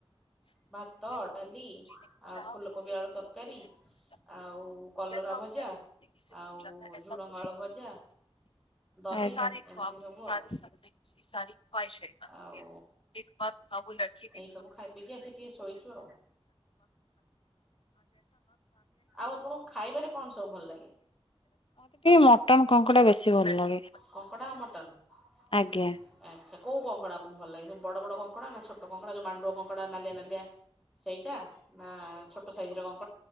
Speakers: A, on the left; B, in the centre.
A: ଆଜ୍ଞା।
B: ଭାତ ଡାଲି ଆଉ ଫୁଲକୋବି ଆଳୁ ତରକାରୀ ଆଉ କଲରା ଭଜା ଆଉ ଝୁଡଙ୍ଗ ଆଳୁ ଭଜା ଦହି ଏମିତି ସବୁ ଆଉ
A: <unintelligible>
B: ଆଉ
A: <unintelligible> <unintelligible> ମତେ ଟିକେ
B: ଏଇ ସବୁ ଖାଇ ପିଇକି ଆସି ଟିକେ ଶୋଇଛୁ ଆଉ ଆଉ ଆପଣଙ୍କୁ ଖାଇବାରେ କଣ ସବୁ ଭଲ ଲାଗେ
A: ମଟନ କଙ୍କଡା ବେଶୀ ଭଲ ଲାଗେ।
B: କଙ୍କଡା ଆଉ ମଟନ ଆଚ୍ଛା
A: ଆଜ୍ଞା
B: କୋଉ କଙ୍କଡା? <inaudible> ଭଲ ଲାଗେ ସେ ବଡ ବଡ କଙ୍କଡା ନା ଛୋଟ କଙ୍କଡା ଯୋଉ ମାଣ୍ଡୁଆ କଙ୍କଡା ନାଲିଆ ନାଲିଆ ସେଇଟା ନା ଛୋଟ ସ ସେଇଥିରେ କଣ